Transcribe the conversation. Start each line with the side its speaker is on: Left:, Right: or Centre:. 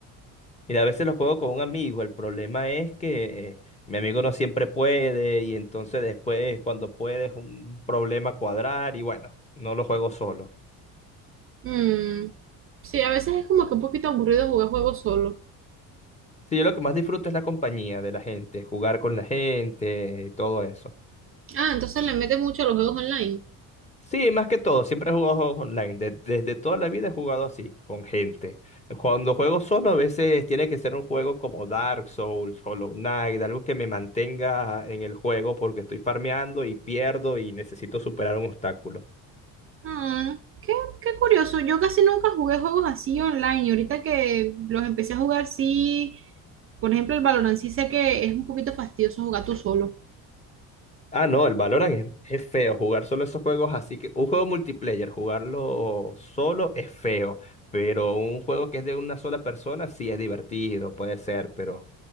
Left: Mira, a veces lo juego con un amigo. El problema es que eh, mi amigo no siempre puede y entonces después cuando puede es un problema cuadrar y bueno, no lo juego solo.
Right: Hmm, sí, a veces es como que un poquito aburrido jugar juegos solo.
Left: Sí, yo lo que más disfruto es la compañía de la gente, jugar con la gente, todo eso.
Right: Ah, entonces le metes mucho a los juegos online.
Left: Sí, más que todo, siempre he jugado juegos online. de- desde toda la vida he jugado así, con gente. Cuando juego solo, a veces tiene que ser un juego como Dark Souls, Hollow Knight, algo que me mantenga en el juego porque estoy farmeando y pierdo y necesito superar un obstáculo.
Right: Ah, qué, qué curioso. Yo casi nunca jugué juegos así online y ahorita que los empecé a jugar, sí, por ejemplo, el Valorant sí sé que es un poquito fastidioso jugar tú solo.
Left: Ah, no, el Valorant es, es feo. Jugar solo esos juegos así que. Un juego multiplayer, jugarlo solo es feo. Pero un juego que es de una sola persona sí es divertido, puede ser. Pero